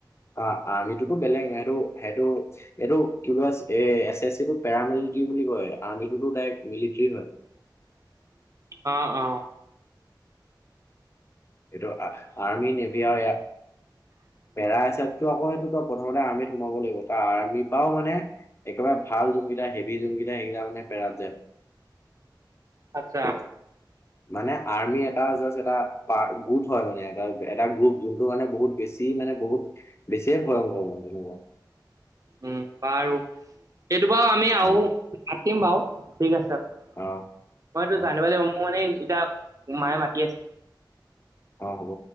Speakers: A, on the left; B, on the right.
A: অ আৰ্মিটোতো বেলেগ এইটো সেইটো এইটো কি বুলি এ এছ এছ চি টো পেৰামিল। বুলি কয় আৰ্মী টো ত দাৰেক্ত মিলিটী হয়।
B: <unintelligible> অ অ।
A: এইটো আৰ্মি নেভিয়ায়া।
B: উ <unintelligible>
A: পেৰা এচতো আকৌ সেইটো ত প্ৰথমতে আৰ্মিত সোমাব লাগিব ত আৰ্মিৰ পৰাও মানে একেবাৰে ভাল। যা হেভি যোনা সেইগিলা মানে পেৰা যায়
B: আচ্ছা।
A: মানে আৰ্মি এটা জাষ্ট এটা গুট হয় মানে এ এটা গ্ৰুপ যোনটো মানে বহুত। বহুত বেছি মানে বহুত বেছিয়ে ভয়ংকৰ মন্ত্ৰী নক।
B: উম বাৰু। এইটো বাৰু আমি আহ
A: অ
B: পতিম বাৰু ঠিক আছে। মইতো
A: অ অ
B: জানিবা লাগ মোৰ মানে এতিয়া মায়ে মাতি আছে।
A: অ হ'ব।